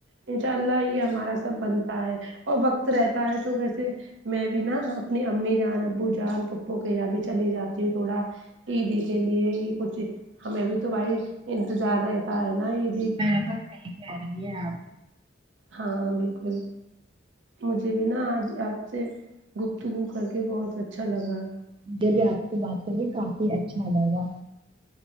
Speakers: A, on the right; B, on the right.
A: انشاء اللہ یہ ہمارا سب بنتا ہے اور وقت رہتا ہے تو ویسے میں بھی نا اپنی امی جان ابو جان پھوپو کے یہاں بھی چلی جاتی ہوں تھوڑا عیدی کے لیے ہی کچھ ہمیں بھی تو بھائی انتظار رہ کا ہے نا یہ
B: بالکل صحیح کہہ رہی ہیں آپ
A: ہاں بالکل مجھے بھی نا آج آپ سے گفتگو کر کے بہت اچھا لگا
B: مجھے بھی آپ سے بات کر کے کافی اچھا لگا